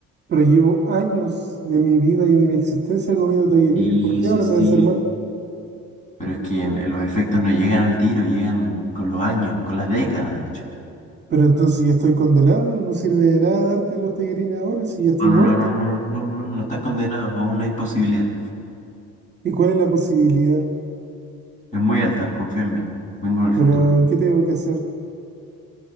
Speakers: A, on the right; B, on the left.
A: Pero llevo años de mi vida y de mi existencia comiendo tallarines,
B: Sí,
A: ¿por qué
B: sí,
A: ahora
B: sí.
A: me va a hacer mal?
B: Pero es que en- en los efectos no llegan al tiro, llegan con los años, con las décadas, de hecho.
A: Pero entonces ya estoy condenado, no sirve de nada darte los tallarines ahora si ya estoy
B: No, no,
A: muerto.
B: no, no, no, no, no, no, no estás condenado. Aún no hay posibilidad.
A: ¿Y cuál es la posibilidad?
B: Es muy alta, confía en mí. Vengo del
A: Pero
B: futuro.
A: ¿qué tengo que hacer?